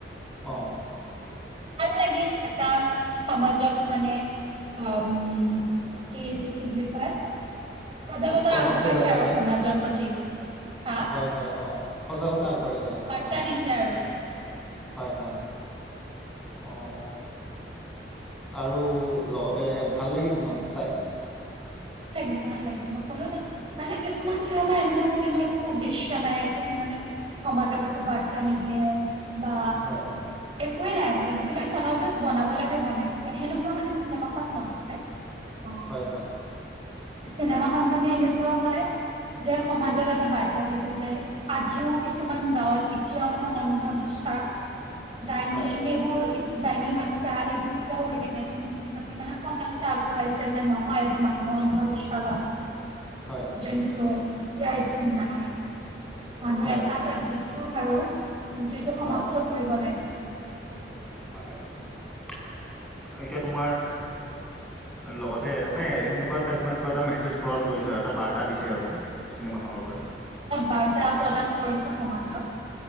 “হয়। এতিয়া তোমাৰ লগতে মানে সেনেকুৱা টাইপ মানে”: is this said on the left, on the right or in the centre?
Centre